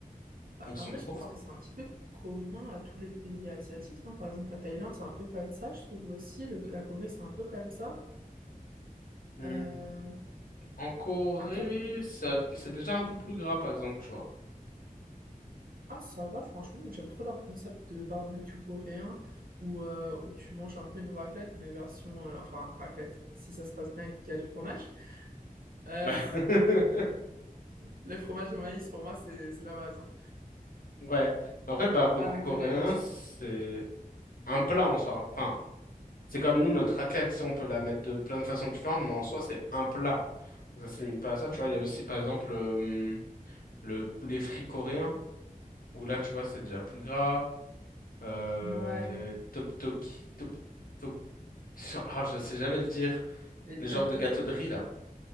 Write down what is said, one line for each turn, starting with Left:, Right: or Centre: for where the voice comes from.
Right: Bah,
Left: Ils sont
Right: Après,
Left: trop
Right: je pense
Left: forts.
Right: que c'est un petit peu commun à tous les pays asiatiques, non? Par exemple, la Thaïlande, c'est un peu comme ça, je trouve aussi. Le- la Corée, c'est un peu comme ça.
Left: Mm.
Right: Euh,
Left: En Corée,
Right: Après,
Left: ça, c'est déjà un peu plus gras, par exemple, tu vois.
Right: ah, ça va, franchement, j'aime trop leur concept de barbecue coréen où, euh, où tu manges un peu une raclette, mais version... euh, enfin, raclette, si ça se passe bien et qu'il y a du fromage. Euh,
Left: Ouais.
Right: <laughs>
Left: <laughs>
Right: le fromage au maïs, pour moi, c'est c'est la base. hein.
Left: Ouais. Après, le barbecue
Right: Avec
Left: coréen,
Right: de la laitue.
Left: c'est un plat en soi. Enfin, C'est comme nous, notre raclette, tu sais, on peut la mettre de plein de façons différentes, mais en soi, c'est un plat. Ça se limite pas à ça, tu
Right: Ouais.
Left: vois. Il y a aussi, par exemple, euh, le poulet frit coréen, où là, tu vois, c'est déjà plus gras. Euh,
Right: Ouais.
Left: tteokbokki, top, top- ah, je sais jamais le dire.
Right: Les
Left: Le genre
Right: tteokbokki.
Left: de gâteau de riz, là.